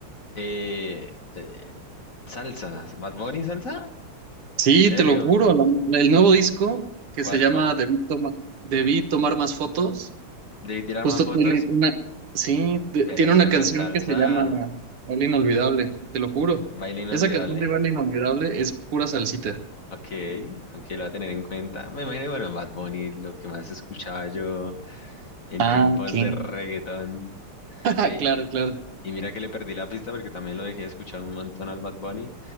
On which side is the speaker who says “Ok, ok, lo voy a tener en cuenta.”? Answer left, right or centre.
Left